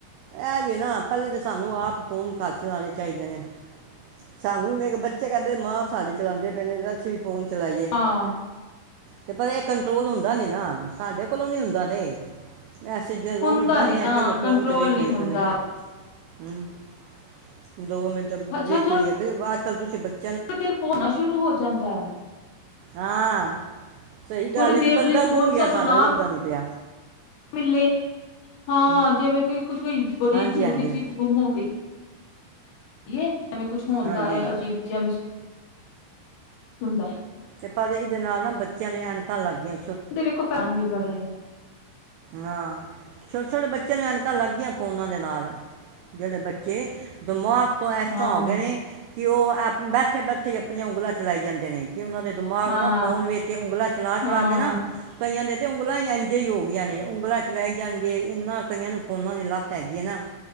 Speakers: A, on the right; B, on the left.
A: ਇਹ ਵੀ ਨਾ ਪਹਿਲੇ ਤਾਂ ਸਾਨੂੰ ਆਪ ਫੋਨ ਕਰ ਚਲਾਉਣੇ ਚਾਹੀਦੇ ਨੇ ਸਾਨੂੰ ਵੇਖ ਬੱਚੇ ਕਹਿੰਦੇ ਮਾਂ ਸਾਡੇ ਚਲਾਉਂਦੇ ਪਏ ਨੇ ਅਸੀਂ ਫੋਨ ਚਲਾਈਏ
B: ਹਾਂ
A: ਤੇ ਭਤਾ <unintelligible> ਇਹ ਟੋਲ ਹੁੰਦਾ ਨੀ ਨਾ, ਸਾਡੇ ਕੋਲੋਂ ਨੀ ਹੁੰਦਾ ਤੇ ਏ ਸੀ ਚ ਦੋ
B: ਹੁੰਦਾ
A: ਮਿੰਟ ਬਹਿੰਨੇ
B: ਨੀ ਨਾ
A: ਆ ਚਲੋ ਫੋਨ
B: ਕੰਟਰੋਲ
A: ਤੇ ਵੇਖ
B: ਨੀ
A: ਲਈਏ
B: ਹੁੰਦਾ
A: ਕੋਈ ਨਵੀਂ ਹਮ ਦੋ ਮਿੰਟ ਵੇਖ
B: ਅੱਛਾ ਥੋੜੀ
A: ਲਂਈਏ ਭਈ ਬਾਅਦ ਚ, ਕ ਤੁਸੀਂ ਬੱਚੇ
B: ਦੇਰ ਹੋਣਾ ਸ਼ੁਰੂ ਹੋ ਜਾਂਦਾ ਹੈ
A: ਹਾਂ
B: ਥੋੜੀ
A: ਗੱਲ
B: ਦੇਰ
A: ਵੀ ਬੰਦਾ
B: ਲਈ ਫੋਨ
A: ਗੁੰਮ ਗਿਆ
B: ਸਾਨੂੰ
A: ਸਾਡਾ
B: ਨਾ
A: ਲੱਭਦਾ ਨੀ ਪਿਆ
B: ਮਿਲੇ ਹਾਂ
A: ਹੂੰ
B: ਜਿਵੇਂ ਕੋਈ ਕੁਛ ਵੀ ਬੜੀ
A: ਹਾਂਜੀ
B: ਜ਼ਰੂਰੀ
A: ਹਾਂਜੀ
B: ਚੀਜ਼ ਗੁੰਮ ਹੋ ਗ ਕੀ ਜਿਵੇਂ ਕੁਛ ਹੁੰਦਾ
A: ਹਾਂਜੀ
B: ਹੈ ਅਜੀਬ ਜਿਵੇਂ <inaudible>
A: ਤੇ ਪ ਇਹਦੇ ਨਾਲ ਨਾ ਬੱਚਿਆਂ ਨੇ ਐਨ ਲੱਗ ਗਿਆ
B: ਦੇਖ ਫੈਨ ਵੀ ਬੜੇ ਆ
A: ਹਾਂ ਛੋਟੇ ਛੋਟੇ ਬੱਚਿਆਂ ਨੂੰ ਐਨਕਾਂ ਲੱਗ ਗਈਆਂ ਫੋਨਾਂ ਦੇ ਨਾਲ ਜਿਹੜੇ ਬੱਚੇ ਦਿਮਾਗ ਤੋਂ ਇਸ
B: ਹਾਂ
A: ਤਰ੍ਹਾਂ ਹੋ ਗਏ ਨੇ ਕਿ ਉਹ ਬੈਠੇ ਬੈਠੇ ਆਪਣੀਆਂ ਉਂਗਲਾਂ ਚਲਾਈ ਜਾਂਦੇ ਨੇ ਕਿ ਉਹਨਾਂ ਦੇ ਦਿਮਾਗ
B: ਹਾਂ
A: ਨਾ ਫੋਨ ਵੇਖ ਕੇ ਉਂਗਲਾ ਚਲਾ
B: ਹਾਂ
A: ਚਲਾ ਕੇ ਨਾ ਕਈਆਂ ਦੇ ਤੇ ਉਂਗਲਲਾ ਹੀ ਇੰਝ ਹੀ ਹੋ ਉਂਗਲਾਂ ਚਲਾੈ ਜਾਣਗੇ ਇਨਾਂ ਕਈਆਂ ਨੂੰ ਫੋਨਾਂ ਦੀ ਲੱਤ ਹੈਗੀ ਹੈ ਨਾ